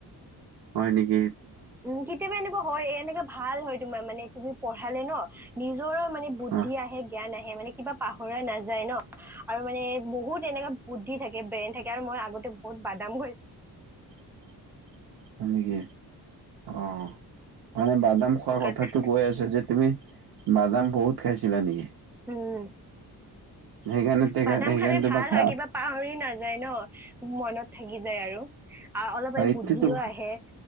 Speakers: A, on the right (about 75°); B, in the centre.
A: হয় নিকি
B: উম কেতিয়াবা এনেকুৱা হয়। এনেকা ভাল হয় তোমাৰ মানে তুমি প পঢ়ালে ন নিজৰো মানে বুদ্ধি
A: অ
B: আহে, জ্ঞান আহে মানে কিবা পাহৰা নাযায় ন আৰু মানে বহুত এনেকা বুদ্ধি থাকে, ব্ৰেইন থাকে আৰু মই আগতে বহুত বাদাম খাই
A: <unintelligible> হয় নিকি অঁ মানে বাদাম খোৱা
B: সেইকাৰণে
A: কথাটো কৈ আছা যে তুমি বাদাম বহুত খাইছিলা নিকি
B: উম
A: সেইকাৰণে
B: বাদাম
A: সেইকাৰণে
B: খালে
A: তোমাৰ
B: ভাল
A: কা
B: হয় কিবা পাহৰি নাযায় ন। মনত থাকি যায় আৰু আৰু অলপ
A: সেইটোতো
B: বুদ্ধিও আহে